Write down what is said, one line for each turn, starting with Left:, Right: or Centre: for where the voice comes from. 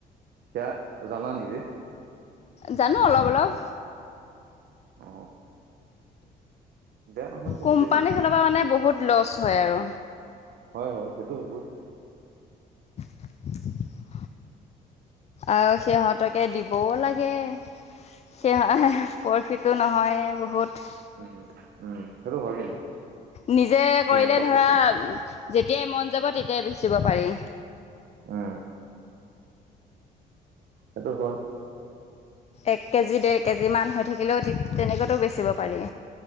Right: সেয়া জানা নিজে।
Left: জানো অলপ অলপ।
Right: অ বেয়া নহয় কিন্তু
Left: কোম্পানী
Right: দেই
Left: ফালৰ পৰা মানে বহুত লচ হয় আৰু।
Right: হয় হয়, সেইটো হ'বই।
Left: <inaudible> আৰু সিহঁতকে দি ব লাগে হয় প্ৰফিটো নহয় বহুত।
Right: উম উম, সেইটো হয় কিন্তু।
Left: নিজে কৰিলে
Right: ইমান প্ৰফিট
Left: ধৰা
Right: নাই
Left: যেতিয়াই মন যাব তেতিয়াই বেচিব পাৰি।
Right: উম। সেইটো হয়।
Left: এক কেজি-ডেৰ কেজিমান হৈ থাকিলেও তেনেকুৱাতো বেচিব পাৰি।